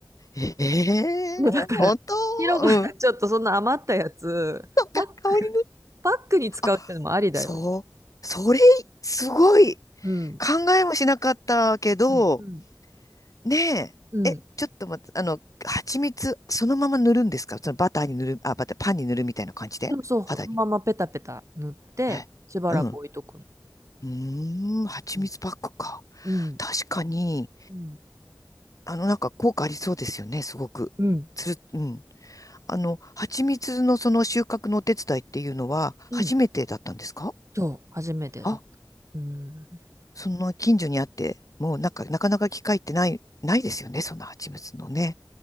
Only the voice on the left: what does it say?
ええー本当
うん。
そっか、
顔に塗る。
あ、そう。それ、すごい。
考えもしなかったけど、
ね
え。え、ちょっと待って、あの、蜂蜜、そのまま塗るんですかそのバターに塗る、あ、バター、パンに塗るみたいな感じで肌に。
え、
うん。うーん、蜂蜜パックか。
確かに、
あの、なんか効果ありそうですよね、すごく。
つる、うん。あの、蜂蜜のその収穫のお手伝いっていうのは初めてだったんですか
あ、
その近所にあって、もうなんか、なかなか機会ってない、ないですよね、そんな蜂蜜のね。